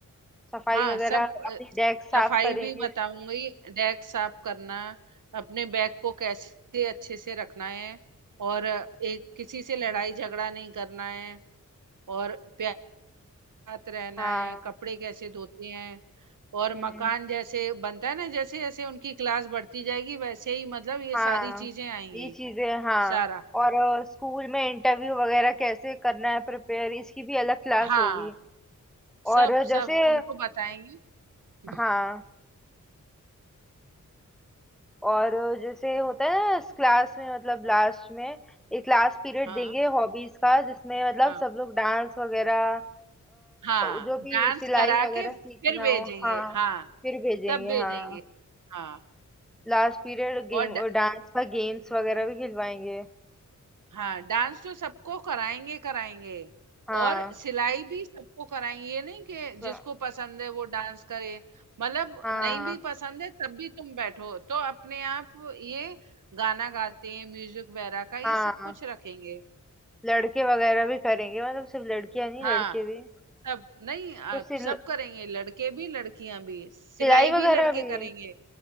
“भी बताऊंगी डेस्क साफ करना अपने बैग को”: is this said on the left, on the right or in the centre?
Right